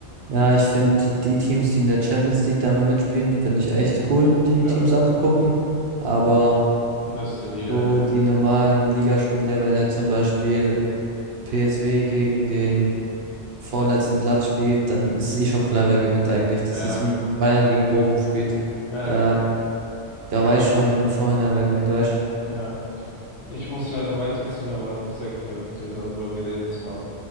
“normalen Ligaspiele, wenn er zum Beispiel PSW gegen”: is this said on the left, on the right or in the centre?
Right